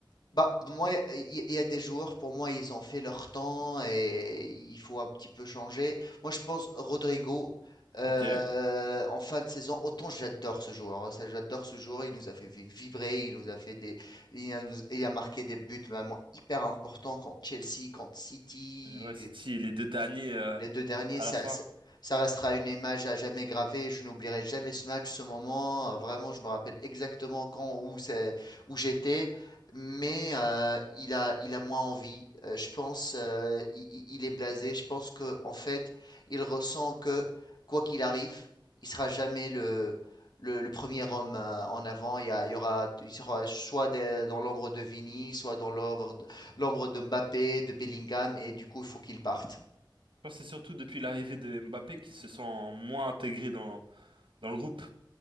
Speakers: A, on the left (about 55°); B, on the right (about 85°).
A: Bah, moi, il y, il y a des joueurs, pour moi, ils ont fait leur temps et il faut un petit peu changer. Moi, je pense Rodrigo, euh,
B: Ok.
A: en fin de saison, autant j'adore ce joueur. hein, ça, j'adore ce joueur. Il nous a fait vi- vibrer, il nous a fait des, il a, nous- il a marqué des buts vraiment hyper importants contre Chelsea, contre City.
B: Euh, ouais, c'est si les deux derniers euh,
A: Les 2 derniers,
B: à
A: ça
B: la fin.
A: ça ça restera une image à jamais gravée. Je n'oublierai jamais ce match, ce moment. Euh, Vraiment, je me rappelle exactement quand, où c'est, où j'étais. Mais euh, il a, il a moins envie. Euh, je pense, euh, il, il- il est blasé. Je pense que, en fait, il ressent que quoi qu'il arrive, il sera jamais le, le, le premier homme euh, en avant. Il y a- il y aura, il sera soit des- dans l'ombre de Vini, soit dans l'ombre, de- l'ombre de Mbappé, de Bellingham, et du coup, il faut qu'il parte.
B: Je pense que c'est surtout depuis l'arrivée de Mbappé qu'ils se sont moins intégrés dans, dans le groupe